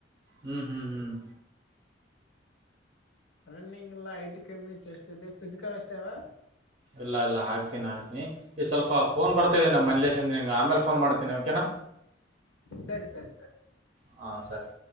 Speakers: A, on the right; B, on the left.
A: ಹ್ಮ್ ಹ್ಮ್ ಹ್ಮ್
B: ರನ್ನಿಂಗ್ ಇಲ್ಲ ಐಟ್ ಕಮ್ಮಿ ಚೆಸ್ಟ್ ಇದೆ ಪಿಸಿಕಲ್ ಅಷ್ಟೇ ಅಲ
A: ಇಲ್ಲ ಇಲ್ಲ ಹಾಕ್ತೀನಿ ಹಾಕ್ನಿ ಈ ಸ್ವಲ್ಪ ಫೋನ್ ಬರ್ತ ಇದೆ ನಮ್ಮ ರಿಲೆಷನಿಂದ ಅಮೇಲೆ ಫೋನ್ ಮಾಡ್ತೀನಿ ಓಕೆನಾ
B: ಸರಿ ಸರಿ ಸರಿ
A: ಹಾ ಸರಿ